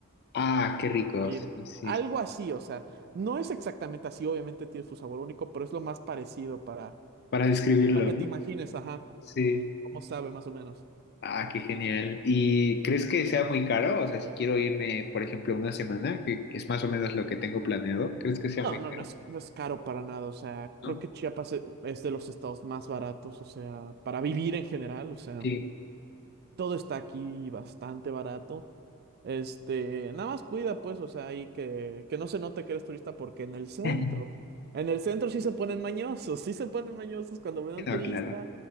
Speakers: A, on the left (about 45°); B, on the right (about 45°).
A: Ah, qué rico.
B: molido.
A: Sí, sí.
B: Algo
A: sí.
B: así, o sea, no es exactamente así, obviamente tiene su sabor único, pero es lo más parecido para,
A: Para describirlo,
B: para que
A: ¿no?
B: te imagines, ajá,
A: Sí.
B: cómo sabe más o menos.
A: Ah, qué genial. ¿Y crees que sea muy caro? O sea, si quiero irme, por ejemplo, una semana, que es más o menos lo que tengo planeado, ¿crees que sea muy
B: No, no,
A: caro?
B: no es, no es caro para nada, o sea, creo
A: ¿no?
B: que Chiapas e- es de los estados más baratos, o sea, para vivir en general, o sea.
A: Sí.
B: Todo está aquí bastante barato. Este, nada más cuida, pues, o sea, ahí que, que no se note que eres turista, porque en el centro,
A: <laughs>
B: en el centro sí se ponen mañosos, sí se ponen mañosos cuando ven
A: Sí,
B: a un
A: No,
B: turista,
A: claro.